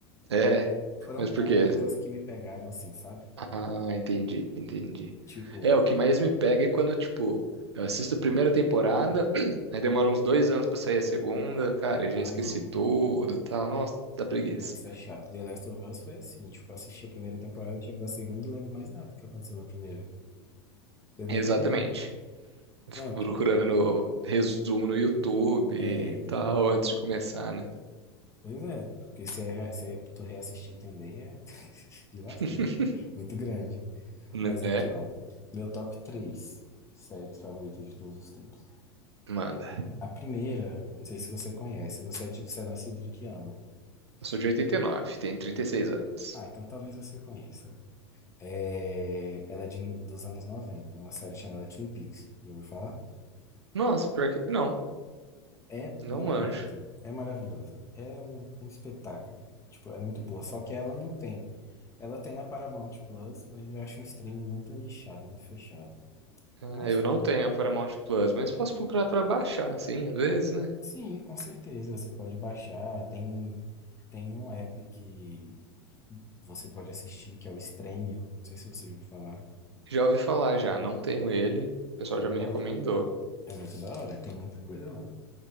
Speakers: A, on the right; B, on the left.
A: É,
B: Foram
A: mas por
B: poucas
A: quê?
B: as que me pegaram assim, sabe?
A: Ah, entendi, entendi.
B: Tipo,
A: É, o que mais me pega é quando, tipo, eu assisto a primeira temporada, <clears throat> aí demora uns dois anos pra sair a segunda, cara, eu já
B: ah
A: esqueci
B: não,
A: tudo e tal. Nossa, dá preguiça.
B: não, isso é chato. The Last of Us foi assim, tipo, eu assisti a primeira temporada, chegou a segunda, não lembro mais nada do que aconteceu na primeira. Demorou
A: Exatamente.
B: muito. né?
A: Eu
B: Não,
A: fico procurando
B: tipo,
A: resumo no YouTube e
B: é.
A: tal, antes de começar, né?
B: Pois é, porque se, é re- se é- tu reassistir também é <laughs> de lascar.
A: <laughs>
B: Muito grande.
A: Né?
B: Mas aqui, ó, meu top três séries favoritas de todos os tempos.
A: Manda.
B: A primeira, eu não sei se você conhece, você é, de- você é nascido de que ano?
A: Eu sou de 89, tenho 36 anos.
B: Ah, então talvez você conheça. É, ela é de, dos anos 90, uma série chamada Twin Peaks, já ouviu falar?
A: Nossa, pior que não,
B: É
A: não
B: maravilhosa,
A: manjo.
B: é maravilhosa, é um, um espetáculo, tipo, é muito boa, só que ela não tem. Ela tem na Paramount Plus, mas eu acho um streaming muito nichado, muito fechado.
A: Ah,
B: Mas
A: Eu
B: tem.
A: não tenho a Paramount Plus, mas posso procurar pra baixar, assim, às vezes, né?
B: sim, com certeza, você pode baixar, tem, tem um app que você pode assistir, que é o Stremio, não sei se você ouviu falar.
A: Já ouvi falar já, não tenho ele. O pessoal
B: É
A: já
B: da
A: me
B: hora.
A: recomendou.
B: É muito da hora. Tem muita coisa lá.